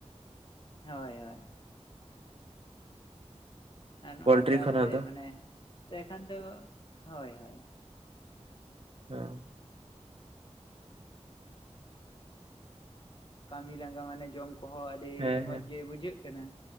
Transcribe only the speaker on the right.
ᱯᱳᱞᱴᱨᱤ
ᱠᱷᱚᱱᱟᱜ
ᱫᱚ
ᱦᱮᱸ <unintelligible>
ᱦᱮᱸ
ᱦᱮᱸ